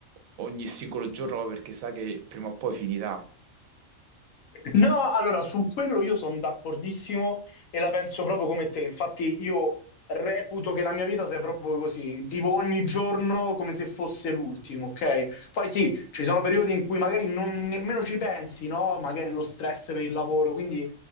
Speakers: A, on the right; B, on the left.
A: ogni singolo giorno proprio perché sa che prima o poi finirà.
B: No, allora su quello io sono d'accordissimo e la penso proprio come te. Infatti, io reputo che la mia vita sia proprio così. Vivo ogni giorno come se fosse l'ultimo, ok? Poi sì, ci sono periodi in cui magari non nemmeno ci pensi, no? Magari lo stress per il lavoro, quindi